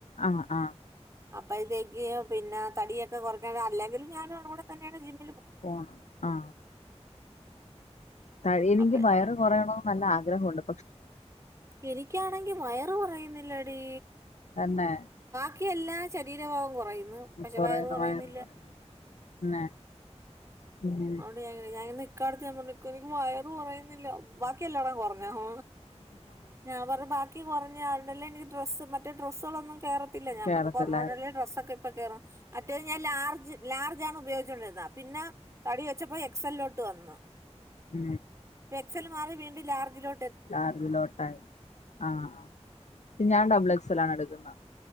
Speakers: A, on the left; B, on the right.
A: അഹ് ആഹ്
B: അപ്പഴ്ത്തേക്ക് പിന്നെ തടിയൊക്കെ കൊറക്കാൻ അല്ലേങ്കിലും ഞാനും അവളും കൂടെ തന്നാണ് ജിമ്മ്
A: പോണ് അ താടിയെനിക്ക്
B: അപ്പഴ്
A: വയറ് കൊറയാണോന്ന് നല്ല ആഗ്രഹൊണ്ട്
B: എനിക്കാണെങ്കി വയറ് പറയുന്നില്ലടി
A: തന്നെ
B: ക്കെല്ലാ <unintelligible> ശരീരഭാഗം കൊറയുന്ന് പക്ഷെ
A: കൊറയുന്നു
B: വയറ് കൊറയുന്നില്ല
A: കൊറയുന്നു പിന്നെ ഉം
B: അതോണ്ട് ഞാനിങ്ങനെ ഞാ കാണിച്ചമ്ണ്ക്ക് നിക്ക് വയറ് കൊറയ് യ്ന്നില്ല ബാക്കി എല്ലാടോം കൊറഞ്ഞ ഹ ഞാൻ പറ ബാക്കി കൊറഞ്ഞ് യാര്ഡല്ല് എനിക്ക് ഡ്രസ്സ് മറ്റേ ഡ്രസ്സൊളൊന്നും കേറത്തില്ല ഞാൻ
A: കേറത്തില്ലായിരുന്നു
B: പറഞ്ഞ് കൊറെഞ്ഞോണ്ടാല്ലേ ഡ്രസ്സ് ഒക്കെ പ്പ കേറും മറ്റേത് ഞാൻ ലാർജ് ലാർജാണ് ഉപയോഗിച്ചോണ്ടിര്ന്നെ പിന്നെ തടി വെച്ചപ്പോ സെല്ലോട്ട് വന്ന്
A: അ
B: ഇപ്പൊ എക്സൽ മാറി വീണ്ടും ലാർജിലോ
A: ലർജിലോട്ടായി ആഹ് ആ ഞാൻ ഡബ്ൾ എക് സലാണ് എടുക്കുന്നത്